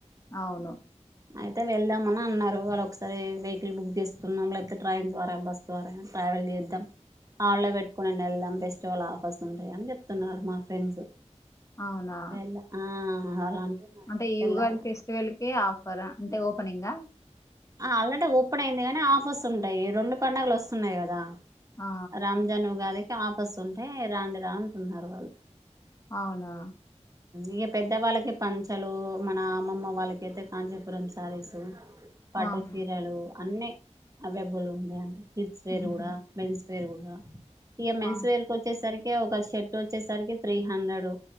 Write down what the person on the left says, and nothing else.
అవును
అవునా
అంటే ఈ
ఉగాది ఫెస్టివల్ కి ఆఫర్ అంటే ఓపెనింగ్
ఆ
అవునా
ఆహా
ఉహు
ఆ